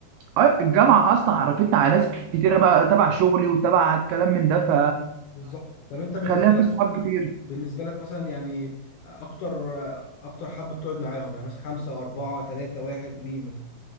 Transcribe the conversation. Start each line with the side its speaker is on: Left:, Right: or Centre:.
Right: أي- الجامعة أصلا عرفتني على ناس كتيرة بقى تبع شغلي وتبع الكلام من ده ف...
Left: بالظبط طب انت
Right: فخليها
Left: بالنسبه
Right: في
Left: لك
Right: صحاب كتير
Left: بالنسبه لك مثلا يعني اكتر اكتر حبه بتقعد معاهم يعني مثلا خمسه اربعه ثلاثه واحد مين مثلا